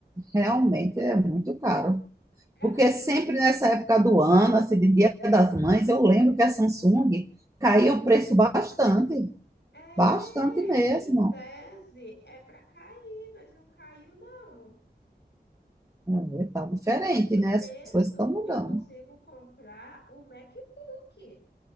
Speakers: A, on the right (about 20°); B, on the left (about 80°).
A: realmente é muito caro. Porque
B: É muito.
A: sempre nessa época do ano, assim, de Dia das Mães, eu lembro que a Samsung caiu o preço bastante,
B: É,
A: bastante mesmo.
B: em tese, é para cair, mas não caiu, não.
A: É, tá diferente,
B: Com esse
A: né?
B: preço,
A: As coisas estão mudando.
B: eu consigo comprar o MacBook.